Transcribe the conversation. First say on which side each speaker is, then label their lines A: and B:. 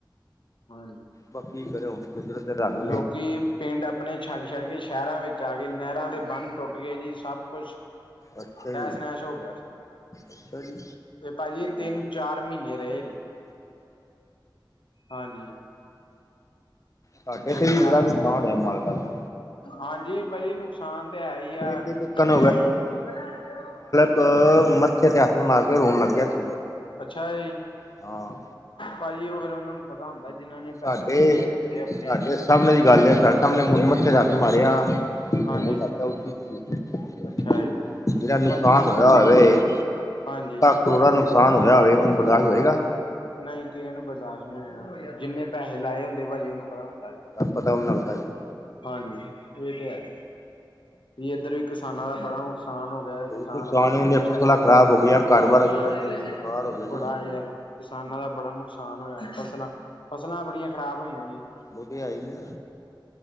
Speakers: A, on the left; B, on the left.
A: ਹਾਂਜੀ
B: ਬਾਕੀ ਕੀ ਕਰੇ ਹੁਣ। ਕੁਦਰਤ ਦੇ ਰੰਗ
A: ਲੋਕੀ
B: ਨੇ
A: ਪਿੰਡ ਆਪਣੇ ਛੱਡ-ਛੱਡ ਕੇ ਸ਼ਹਿਰਾਂ ਵਿੱਚ ਆ ਗਏ ਨਹਿਰਾਂ ਦੇ ਬੰਨ ਟੁੱਟ ਗਏ ਜੀ। ਸਭ ਕੁਛ,
B: ਅੱਛਾ
A: ਤੈਸ਼-ਨੈਸ਼
B: ਜੀ
A: ਹੋ ਗਿਆ ਸੀ।
B: ਅੱਛਾ ਜੀ
A: ਫੇ- ਭਾਜੀ ਤਿੰਨ ਚਾਰ ਮੀਨੇ ਰ‌ਏ ਜੇ। ਹਾਂਜੀ <inaudible>
B: ਸਾਡੇ
A: ਤਿੰਨ
B: ਤੇ ਵੀ
A: ਚਾਰ
B: ਬੜਾ
A: ਮਹੀ
B: ਨੁਕਸਾਨ ਆ ਮਾਲਕਾ ਦਾ।
A: ਹਾਂਜੀ ਭਾਜੀ ਨੁਕਸਾਨ ਤਾਂ ਹੈ ਹੀ ਆ।
B: ਇਹ ਤੇ ਤਿੱਕਣ
A: ਦੁੱਧ ਲੈ ਗੀ, ਦੁੱਧ ਲੈ ਜੀਓ।
B: ਕ ਮੱਥੇ ਤੇ ਹੱਥ ਮਾਰ ਕੇ ਰੋਣ ਲੱਗ ਗਿਆ ਸੀ।
A: ਅੱਛਾ ਜੀ,
B: ਹਾਂ
A: ਭਾਜੀ ਹੋਰ ਉਹਨਾਂ ਨੂੰ- ਪਤਾ ਹੁੰਦਾ ਜਿਨਾਂ ਨੇ
B: ਸਾਡੇ
A: ਪੈਸੇ ਲਗਾਏ ਹੁੰਦੇ ਆਪਣੇ।
B: ਸਾਡੇ ਸਾਹਮਣੇ ਦੀ ਗੱਲ ਏ ਸਰ ਸਾਹਮਣੇ ਮੁ ਮੱਥੇ ਤੇ ਹੱਥ ਮਾਰਿਆ। ਫਿਰ
A: ਹਾਂਜੀ
B: ਹੁਣ ਲੱਗਦਾ <unintelligible>
A: ਅੱਛਾ ਜੀ
B: ਜਿਹੜਾ ਨੁਕਸਾਨ
A: ਭਾਜੀ ਹੁਣ
B: ਹੋਇਆ ਹੋਵੇ।
A: ਹਾਂਜੀ
B: ਕਰੋੜ ਦਾ ਨੁਕਸਾਨ ਹੋਇਆ ਹੋਵੇ ਉਹਨੂੰ ਬਰਦਾਸ਼ਤ ਹੋਏਗਾ।
A: ਨਹੀਂ ਕਿਸੇ ਨੂੰ ਬਰਦਾਸ਼ਤ ਨਹੀਂ ਹੋਇਆ ਜਿੰਨੇੈੇ ਲਾਏ ਹੁੰਦੇ ਭਾਜੀ ਉਹਨੂੰ ਪਤਾ ਹੁੰਦਾ।
B: ਪਤਾ ਉਹਨੂੰ ਲੱਗਦਾ ਜੀ
A: ਹਾਂਜੀ, ਇਹ ਤੇ ਹੈ। ਵੀ ਏਧਰ ਵੀ ਕਿਸਾਨਾਂ ਦਾ ਬੜਾ ਨੁਕਸਾਨ ਹੋ ਹੋਇਆ
B: ਉਹ
A: ਕਿਸਾਨ
B: ਨੁਕਸਾਨ
A: ਆਪਣੇ
B: ਉਹਨੇ
A: ਪਿੰਡ ਛੱਡ,
B: ਫਸਲਾਂ ਖ਼ਰਾਬ ਹੋ ਗਈਆਂ ਘਰ
A: ਹਾਂਜੀ-ਹਾਂਜੀ,
B: ਬਾਰ ਬੇਕਾਰ ਹੋ ਗਿਆ ਜੀ
A: ਬੜਾ ਯਾਰ ਕਿਸਾਨਾਂ ਦਾ ਬੜਾ ਨੁਕਸਾਨ ਹੋਇਆ ਫਸਲਾਂ, ਫਸਲਾਂ ਬੜੀਆਂ ਖਰਾਬ ਹੋਈਆਂ ਜੀ।
B: ਉਹ ਤੇ ਹੈ ਈ ਐ।